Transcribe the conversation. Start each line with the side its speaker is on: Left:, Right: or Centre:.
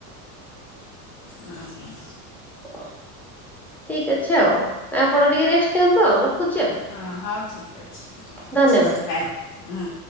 Left: ଉଁ ହୁଁ।
Centre: ଓ ଠିକ୍ ଅଛି ଆଉ ଆପଣ ଟିକେ ରେଷ୍ଟ ନିଅନ୍ତୁ ଆଉ ରଖୁଛି ଆଉ।
Left: ହଁ ହଉ ଠିକ୍ ଅଛି ରଖୁଛି
Centre: ଧନ୍ୟବାଦ।
Left: ବାଏ ହୁଁ।